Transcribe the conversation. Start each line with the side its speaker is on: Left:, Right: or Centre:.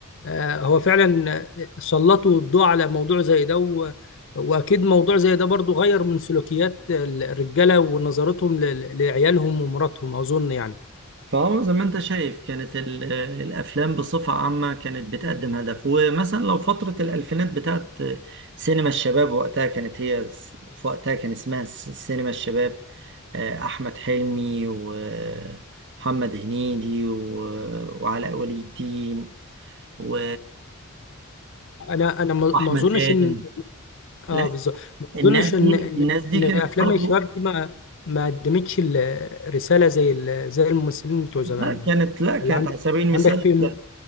Left: آه، هو فعلا سلطوا الضوء على موضوع زي ده و- واكيد موضوع زي ده برضو غير من سلوكيات الرجاله ونظرتهم ل- ل- لعيالهم ومراتهم اظن يعني
Right: فهو زي ما انت شايف كانت ال- الافلام بصفه عامه كانت بتقدم هدف ومثلا لو فتره الالفينات بتاعت سينما الشباب وقتها كانت هي س- في وقتها كان اسمها س- سينما الشباب آه، احمد حلمي ومحمد هنيدي و- وعلاء ولي الدين و-
Left: انا انا ما
Right: واحمد
Left: ما اظنش
Right: ادم
Left: ان اه
Right: لا
Left: بالظبط ما
Right: الناس
Left: اظنش
Right: دي
Left: ان ان
Right: الناس دي
Left: ان
Right: كانت
Left: افلام
Right: برضو
Left: الشباب دي ما ما قدمتش الرساله زي ال... زي الممثلين بتوع زمان
Right: لا
Left: ولا
Right: كانت لا كانت
Left: ولا عندك
Right: على سبيل المثال
Left: عندك فيلم